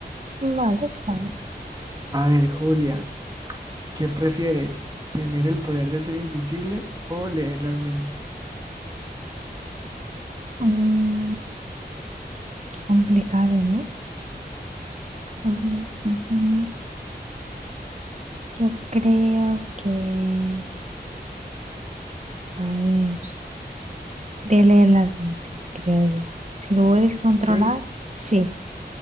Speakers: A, on the right (about 40°); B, on the right (about 20°).
A: vale, es vale.
B: ¿sí? A ver, Julia, ¿qué prefieres? ¿Tener el poder de ser invisible o leer las mentes?
A: Mm, qué complicado, ¿no? Ujú, ujú. Yo creo que, a ver. de leer las mentes, creo yo. Si lo puedes controlar,
B: Sí,
A: sí,